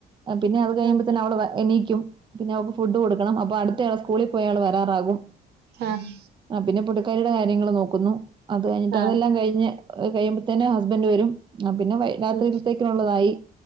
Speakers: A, on the right (about 30°); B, on the right (about 75°).
A: പിന്നെ അത് കഴിയുമ്പത്തന്നെ
B: ആഹ്
A: അവള് എണീക്കും പിന്നെ അവക്ക് ഫുഡ് കൊട് ക്കണം. അപ്പൊ അട്ത്തയാള് സ്കൂളി പോയാള് വരാ ആകും
B: ആഹ്
A: ആഹ് പിന്നെ പുട് <unintelligible> ര്യൾങ്ങള് നോക്കുന്നു. അത് കഴിഞ്ഞിട്ട്
B: ആഹ്
A: അതെല്ലാം കഴിഞ് കയ്യുമ്പത്തേന് ഹസ്ബൻന്റ് വരും ആഹ് പിന്നെ വൈ രാത്രിയിലത്തേക്കുള്ളതായി.
B: ഉം